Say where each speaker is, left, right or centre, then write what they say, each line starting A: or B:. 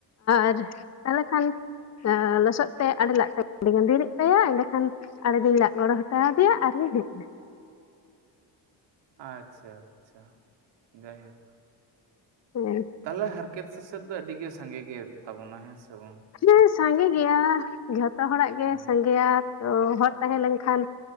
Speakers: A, on the left (about 40°); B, on the right (about 80°).
A: ᱟᱨ ᱛᱟᱦᱚᱞᱮ ᱠᱷᱟᱱ ᱞᱚᱥᱚᱫ ᱛᱮ ᱟᱲᱮ ᱞᱟᱜ ᱛᱮ ᱟᱹᱰᱤᱜᱟᱱ ᱫᱤᱨᱤᱜ ᱛᱟᱭᱟ ᱮᱸᱰᱮᱠᱷᱟᱱ ᱟᱲᱮ ᱫᱩᱧ ᱞᱟᱜ ᱜᱚᱲᱚ ᱦᱚᱴᱚ ᱟᱫᱮᱭᱟ ᱟᱨᱤᱧ ᱦᱮᱡ ᱮᱱᱟ
B: ᱟᱪᱪᱷᱟ ᱟᱪᱪᱷᱟ ᱡᱟᱭᱦᱳᱠ
A: ᱦᱮᱸ
B: ᱛᱟᱦᱚᱞᱮ ᱦᱟᱨᱠᱮᱛ ᱥᱟᱥᱮᱛ ᱫᱚ ᱟᱹᱰᱤ ᱜᱮ ᱥᱟᱸᱜᱮ ᱜᱮ ᱛᱟᱵᱚᱱᱟ ᱦᱮᱸ ᱥᱮ ᱵᱟᱝ
A: ᱦᱮᱸ ᱥᱟᱸᱜᱮ ᱜᱮᱭᱟ ᱡᱷᱚᱛᱚ ᱦᱚᱲᱟᱜ ᱜᱮ
B: ᱦᱩᱸ
A: ᱥᱟᱸᱜᱮᱭᱟ ᱛᱚ ᱦᱚᱲ ᱛᱟᱦᱮᱸ ᱞᱮᱱᱠᱷᱟᱱ